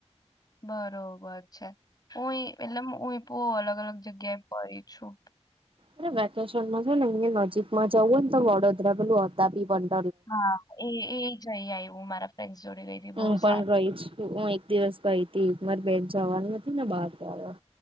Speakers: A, on the left; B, on the right.
A: બરોબર છે હું એતલ. બહ અલગ અલગ જગ્યાએ પડી છું.
B: અરે વેકેશનમાં છે ને અયા નજીકમાં જવું ને તો વડોદરા પેલું હતા બી બન.
A: હા એ એ જઈ આવું મારા. ફ્રેન્ડ્સ જોડે ગઈ હતી
B: હું
A: બહુ
B: પણ
A: સારું
B: રહી
A: છે
B: છ હું એક દિવસ ગઈ હતી. મારી બેન જવાની નથી ને બહાર ક આવવા.